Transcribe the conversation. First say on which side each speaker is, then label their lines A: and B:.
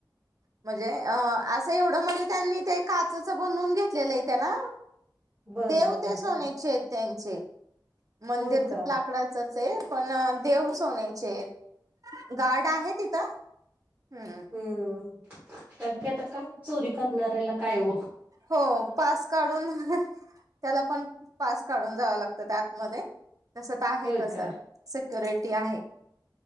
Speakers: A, on the right; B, on the right.
A: म्हणजे अ असं एवढं म्हणजे त्यांनी ते काचचं बनवून घेतलेलं आहे त्याला.
B: बर
A: देव
B: बर
A: ते सोनचे
B: हा
A: आहेत त्यांचे, मंदिरच
B: होय का
A: ला लाकडाचंच आहे पण देव सोन्याचे आहेत. गार्ड आहे तिथं? हम्म.
B: हम्म्, कारण की आता काय चोरी करणाऱ्याला काय ओ
A: हो पास काढून, त्याला पण पास काढून जावं लागतं का आतमध्ये? तसं त आहे
B: होय
A: तसं
B: का
A: सिक्युरिटी आहे.